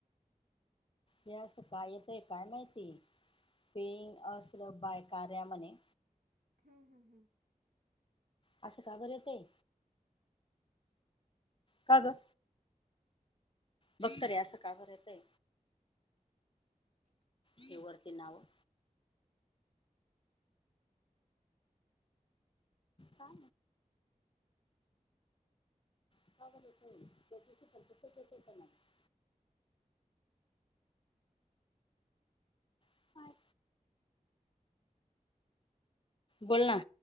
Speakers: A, on the left; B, on the right.
A: हे अस काय येतय काय माहिती पेंग असल बाय कार्या म्हणे
B: हम्म हम्म हम्म.
A: असं का बर येतय. का ग बघ तरी असं काबर येतय? ते वरती नाव. का? <unintelligible> ना बोल ना.